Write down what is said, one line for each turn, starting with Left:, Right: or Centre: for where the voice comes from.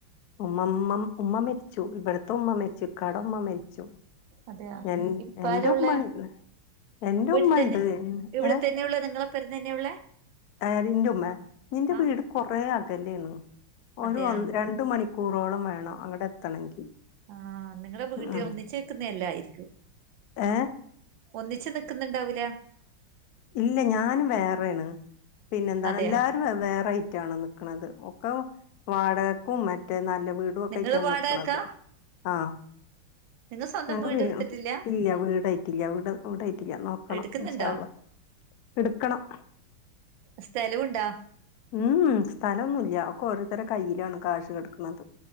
Left: ഉമ്മമ്മം ഉമ്മ മരിച്ചു ഇബ്ട്ത്ത ഉമ്മ മരിച്ചു ഇക്കാടെ ഉമ്മ മരിച്ചു
Right: അതെയാ
Left: എൻ
Right: ഇപ്പാരാ
Left: എന്റുമ്മ
Right: ഉള്ളേ
Left: ഇണ്ട് എന്റെ
Right: വീട്ടിൽ
Left: ഉമ്മണ്ട്
Right: തന്നെ
Left: എൻ
Right: ഇവിടെ
Left: ഏഹ്
Right: തന്നെ ഉള്ള നിങ്ങളെപ്പരം തന്നെ ഉള്ളേ
Left: അയറിന്റുമ്മ നിന്റെ
Right: ആഹ്
Left: വീട് കൊറെ അകലാണ് ഒര്
Right: അതെയാ
Left: ഒന്ന് ര രണ്ട് മണിക്കൂറോളം വേണം അങ്ങട്ട് എത്തണെങ്കി
Right: ആഹ് നിങ്ങളെ വീട്ടില
Left: ഉം
Right: ഒന്നിച്ചേക്കുന്ന എല്ലായിരിക്കും
Left: ഏ
Right: ഒന്നിച്ച് നിക്ക്ന്ന്ണ്ടാവൂല
Left: ഇല്ല ഞാൻ വേറെയാണ് പിന്നെന്താണ്
Right: അതെയാ
Left: എല്ലാരും വെവ്വേറേ ആയിറ്റാണ് ക്ക്ണത് ഒക്കെ വാടകക്കും മറ്റേ നല്ല വീട് <unintelligible> ഒക്കായിറ്റാ
Right: നിങ്ങള് വാടകക്കാ
Left: നിക്ക്ണത് ആഹ്
Right: നിങ്ങൾ സ്വന്തം
Left: ഞങ്ങക്ക്
Right: വീട്
Left: വീ
Right: എടുത്തിട്ടില്ല
Left: ഇല്ല വീടായിട്ടില്ല വീട് വീടായിട്ടില്ല നോക്കണം
Right: എടുക്കുന്നുണ്ടാ
Left: ഇന്ഷാ അല്ലാഹ് ഇട്ക്കണം
Right: സ്ഥലവുണ്ടാ
Left: മ്മ് ഉം സ്ഥലൊന്നുല്ല്യ ഒക്കെ ഓരോര്ത്തരെ കയ്യിലാണ് കാശ് കേടക്ക്ണത്